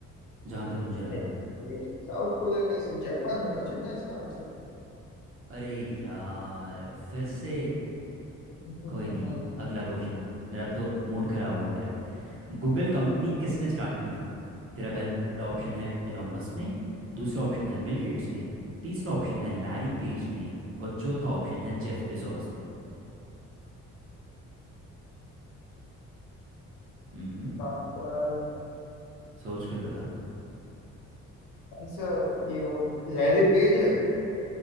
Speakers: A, on the right; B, on the left.
A: जहाँ तक मुझे लग
B: ये-
A: रहा है
B: साउथ कोरिया कैसे जापान होना चाहिए ना इसका आंसर
A: अरे यार फिर से
B: इसका
A: कोई नहीं अगला क्वेश्चन मेरा अब तो मूड खराब हो गया है गूगल कंपनी किसने स्टार्ट की थी तेरा पहला ऑप्शन है एलॉन मस्क ने दूसरा ऑप्शन है बिल गेट्स ने तीसरा ऑप्शन है लैरी पेज ने और चौथा ऑप्शन है जेफ बेजोस ने हम्म
B: आंसर
A: सोच कर बता
B: <laughs> आंसर ये वो लैरी पेज है